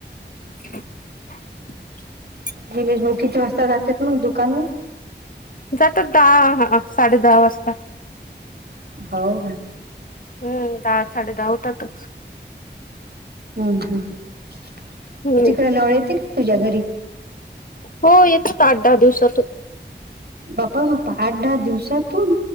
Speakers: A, on the left; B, on the right.
A: <inaudible>
B: निलेश भाऊ किती वाजता जातेत मंग दुकानवर?
A: जात दहा ह साडे दहा वाजता.
B: होव ना.
A: हम्म दहा साडे दहा होतातचं.
B: हम्म हं तिकडे
A: हम्म
B: नळ येते का तुझ्या घरी?
A: हो येतात आठ दहा दिवसातून.
B: बाप्पा बाप्पा आठ दहा दिवसातून.